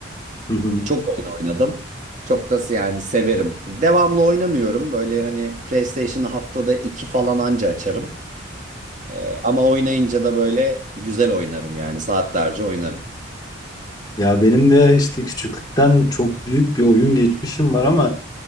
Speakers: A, on the left; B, on the right.
A: Hı hı.
B: Çok oyun oynadım. Çok da yani severim. Devamlı oynamıyorum. Böyle hani PlayStation'ı haftada iki falan anca açarım. Ee, ama oynayınca da böyle güzel oynarım yani saatlerce oynarım.
A: Ya benim de işte küçüklükten çok büyük bir oyun geçmişim var ama